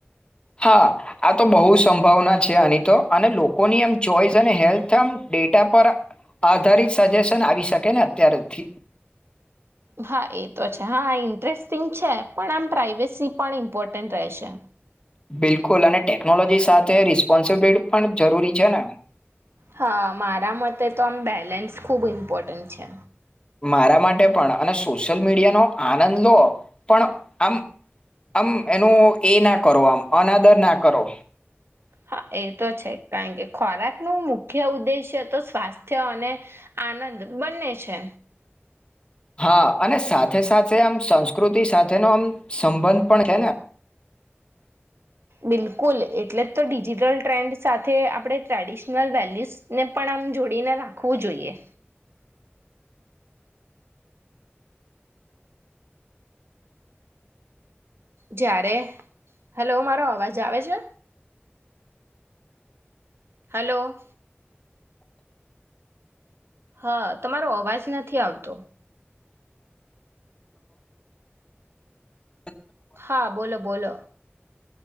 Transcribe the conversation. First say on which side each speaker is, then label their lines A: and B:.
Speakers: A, on the left; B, on the right.
A: હા આ તો બહુ સંભાવના છે આની તો અને લોકોની આમ ચોઈસ અને હેલ્થ આમ ડેટા પર આધારિત સજેશન આવી શકે ને અત્યાર સુથી
B: હા એ તો છે હા ઇન્ટરેસ્ટિંગ છે પણ આમ પ્રાઇવેસી પણ ઇમ્પોર્ટન્ટ રહેશે.
A: બિલકુલ અને ટેકનોલોજી સાથે રિસ્પોન્સિબિલિટી પણ જરૂરી છે ને
B: હા મારા મતે તો આમ બેલેન્સ ખૂબ ઇમ્પોર્ટન્ટ છે.
A: મારા માટે પણ અને સોશિયલ મીડિયાનો આનંદ લો પણ આમ આમ એનું એ ના કરો આમ અનાદર ના કરો.
B: હા એ તો છે કઈ કે ખોરાક ન મુખ્ય ઉદ્દેશ્ય તો સ્વાસ્થ્ય અને આનંદ બને છે.
A: હા અને સાથે સાથે આમ સંસ્કૃતિ સાથેનો આમ સંબંધ પણ છે ને.
B: બિલકુલ એટલે જ તો ડિજિટલ ટ્રેન્ડ સાથે આપણે ટ્રેડિશનલ વેલ્યુસને પણ આમ જોડીને રાખવું જોઈએ. જ્યારે હેલો મારો અવાજ આવે છે. હલો. હા તમારો અવાજ નથી આવતો.
A: ન
B: હા બોલો બોલો.